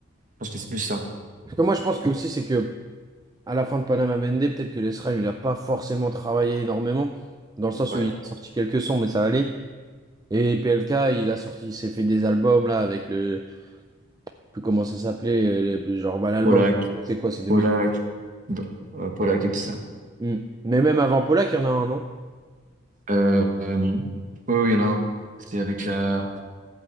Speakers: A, on the right; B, on the right.
A: Je pense que c'est plus ça.
B: Parce que moi, je pense que aussi, c'est que à la fin de Panama Bendé, peut-être que les Sram, il n'a pas forcément travaillé énormément, dans le sens
A: Ouais.
B: où il a sorti quelques sons, mais ça allait. Et PLK, il a sorti, il s'est fait des albums, là, avec le, je sais plus comment ça s'appelait, euh, genre, bah, l'album,
A: Polak,
B: c'est quoi, c'est 2000.
A: Polak, bah, euh, Polak et tout ça.
B: Hmm. Mais même avant Polak, il y en a un, non?
A: Euh, euh, oui, oui, il y en a un. C'est avec la.